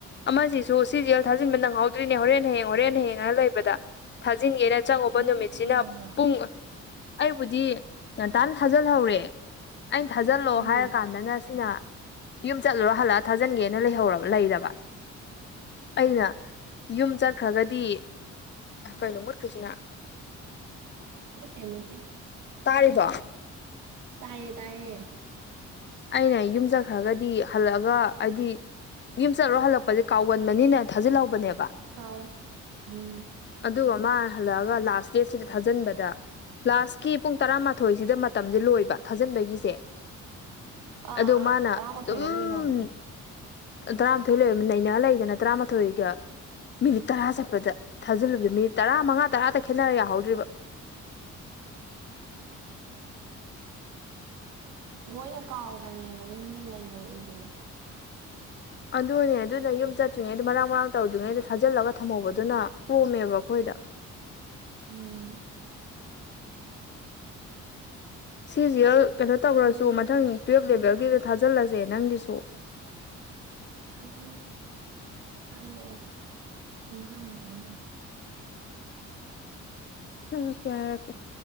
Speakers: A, on the left; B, on the right.
A: ꯑꯃꯁꯤꯁꯨ ꯁꯤꯁꯦꯜ ꯊꯥꯖꯤꯟꯕ ꯅꯪꯍꯧꯗ꯭ꯔꯤꯅꯦ ꯍꯣꯔꯦꯟ ꯍꯌꯦꯡ ꯍꯣꯔꯦꯟ ꯍꯌꯦꯡ ꯍꯥꯏꯅ ꯂꯩꯕꯗ ꯊꯥꯖꯤꯟꯒꯦꯅ ꯊꯥꯖꯤꯟꯒꯝꯅ ꯆꯪꯉꯨꯕ
B: ꯅꯪꯅꯤꯅ
A: ꯅꯨꯃꯤꯠꯁꯤꯅ
B: ꯉꯧꯕ꯭ꯔꯣ
A: ꯄꯨꯡ ꯑꯩꯕꯨꯗꯤ ꯉꯟꯇꯥꯅ ꯊꯥꯖꯤꯜꯍꯧꯔꯦ ꯑꯩꯅ ꯊꯥꯖꯤꯜꯂꯑꯣ
B: ꯎꯝ
A: ꯍꯥꯏꯔ ꯀꯥꯟꯗꯅ ꯁꯤꯅ ꯌꯨꯝ ꯆꯠꯂꯨꯔꯣ ꯍꯜꯂꯛꯑ ꯊꯥꯖꯤꯟꯒꯦꯅ ꯂꯩꯍꯧꯔꯕ ꯂꯩꯔꯕ ꯑꯩꯅ ꯌꯨꯝ ꯆꯠꯈ꯭ꯔꯒꯗꯤ ꯀꯩꯅꯣ ꯃꯨꯠꯈ꯭ꯔꯤꯁꯤꯅ
B: ꯃꯨꯠꯇꯦ ꯃꯨꯠꯇꯦ
A: ꯇꯥꯔꯤꯕꯣ
B: ꯇꯥꯏꯌꯦ ꯇꯥꯢꯌꯦ
A: ꯑꯩꯅ ꯌꯨꯝ ꯆꯠꯈ꯭ꯔꯒꯗꯤ ꯍꯜꯂꯛꯑꯒ ꯍꯥꯏꯗꯤ ꯌꯨꯝ ꯆꯠꯂꯣ ꯍꯜꯂꯛꯄꯁꯦ ꯀꯥꯎꯒꯟꯕꯅꯤꯅꯦ ꯊꯥꯖꯤꯜꯍꯧꯕꯅꯦꯕ
B: ꯀꯥꯎꯋꯦ ꯎꯝ
A: ꯑꯗꯨꯒ ꯃꯥ ꯍꯜꯂꯛꯑꯒ ꯂꯥꯁ ꯗꯦꯠꯁꯤꯗ ꯊꯥꯖꯤꯟꯕꯗ ꯂꯥꯁꯀꯤ ꯄꯨꯡ ꯇꯔꯥꯃꯥꯊꯣꯏꯁꯤꯗ ꯃꯇꯝꯖꯦ ꯂꯣꯏꯕ ꯊꯥꯖꯟꯕꯒꯤ ꯁꯦ
B: ꯑꯥ
A: ꯑꯗꯨ
B: ꯑꯥ
A: ꯃꯥꯅ
B: ꯇꯔꯥꯃꯥꯊꯣꯏꯗ
A: ꯑꯗꯨꯝ
B: ꯂꯣꯏꯅꯕꯅꯦ
A: ꯇꯔꯥꯃꯥꯊꯣꯏ ꯂꯣꯏꯕ ꯅꯩꯅ ꯂꯩ ꯅ ꯇ꯭ꯔꯥꯃꯊꯣꯏꯒ ꯃꯤꯅꯤꯠ ꯇꯔꯥ ꯆꯠꯄꯗ ꯊꯥꯖꯤꯜꯂꯨꯕꯗ ꯃꯤꯅꯤꯠ ꯇꯔꯥ ꯃꯉꯥ ꯇꯔꯥꯗ ꯈꯦꯠꯅꯔ ꯌꯥꯍꯧꯗ꯭ꯔꯤꯕ
B: ꯃꯣꯏꯅ ꯀꯥꯎꯕꯅꯦꯕ ꯌꯨꯝꯗ ꯂꯩꯕ ꯑꯩꯖꯦ
A: ꯑꯗꯨꯅꯦ ꯑꯗꯨꯅ ꯌꯨꯝ ꯆꯠꯇ꯭ꯔꯤꯉꯩꯗ ꯃꯔꯥꯡ ꯃꯔꯥꯡ ꯇꯧꯗ꯭ꯔꯤꯉꯩꯗ ꯊꯥꯖꯤꯜꯂꯒ ꯊꯝꯍꯧꯕꯗꯨꯅ ꯀꯣꯝꯃꯦꯕ ꯑꯩꯈꯣꯏꯗ <inaudible>
B: ꯎꯝ
A: ꯁꯤꯖꯤꯑꯦꯜ ꯀꯩꯅꯣ ꯇꯧꯒ꯭ꯔꯁꯨ
B: ꯅꯦ ꯃꯥꯥꯏ
A: ꯃꯊꯪ ꯇꯨꯋꯜꯞ ꯂꯦꯚꯦꯜꯒꯤꯗ ꯊꯥꯖꯤꯜꯂꯁꯦ ꯅꯪꯒꯤꯁꯨ
B: ꯊꯥꯖꯜꯁꯦ ꯍꯥꯏꯔꯛꯑꯣ ꯅꯤꯡꯖꯪꯉꯛꯑꯣ ꯑꯗꯨꯝ
A: ꯍꯥꯏꯔꯛꯀꯦ ꯍꯥꯏꯔꯛꯀꯦ